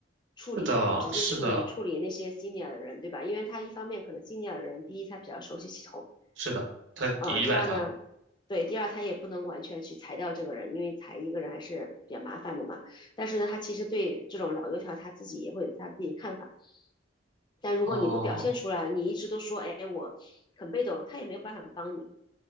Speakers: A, on the left (about 25°); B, on the right (about 75°).
A: 处理，
B: 是的，
A: 就直接处理处理那些
B: 是的，
A: senior 的人，对吧？因为他一方面可能 senior 的人，第一他比较熟悉系统，
B: 是的，他依赖他
A: 呃，第二呢，对，第二他也不能完全去裁掉这个人，因为裁一个人还是比较麻烦的嘛。但是呢，他其实对这种老油条他自己也会有他自己看法。但如果你不表现出来，
B: 哦。
A: 你一直都说，哎，我很被动，他也没有办法帮你，